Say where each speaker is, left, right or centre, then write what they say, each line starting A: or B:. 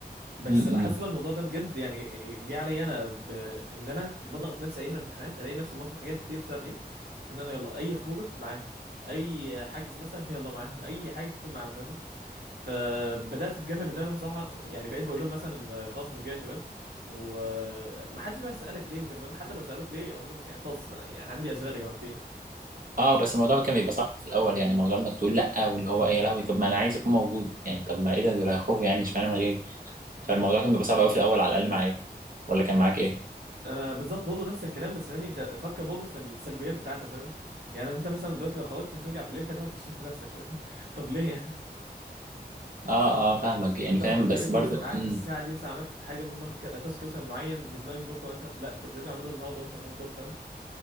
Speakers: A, on the right; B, on the right.
A: بس
B: امم
A: لاحظت
B: امم.
A: بقى الموضوع ده بجد يعني جه عليا انا بان انا بضغط نفسي ايام الامتحانات الاقي نفسي موقف حاجات كتير بسبب ايه ان انا يلا اي خروجه معاهم اي حجز مثلا <laughs> يلا معاهم اي حاجه تكون معاهم فاهمني فبدات اتجنب ان انا بصراحه يعني بقيت بقول لهم مثلا آه، خلاص مش جاي يا شباب ومحدش بقى يسالك ليه وكده فاهم حتى لو سالوك ليه اقول لهم يعني خلاص يعني عندي اشغال يا جماعه في ايه
B: اه بس الموضوع كان بيبقى صعب في الاول يعني موضوع انك تقول لا واللي هو ايه يا لهوي طب ما انا عايز اكون موجود يعني طب ما ايه ده دول هيخرجوا يعني اشمعنى من غيري فالموضوع كان بيبقى صعب قوي في الاول على الاقل معايا ولا كان معاك ايه
A: فانا بالظبط برضه نفس الكلام بس فاهمني انت فكر برضه في السلبيات بتاعتها فاهمني يعني انت مثلا دلوقتي لو خرجت هترجع بالليل <laughs> هتقعد تشتم في نفسك فاهمني <laughs> طب ليه يعني
B: اه
A: هت-
B: اه فاهمك يعني
A: هتقعد
B: فاهم
A: تقول
B: بس
A: يا ريتني
B: برضو
A: مثلا
B: امم
A: قعدت الساعه دي مثلا عملت في حاجه مهمه ك- تاسك مثلا معين ديدلاين بكره مثلا لا كنت لازم اعمله النهارده مثلا افضل فاهم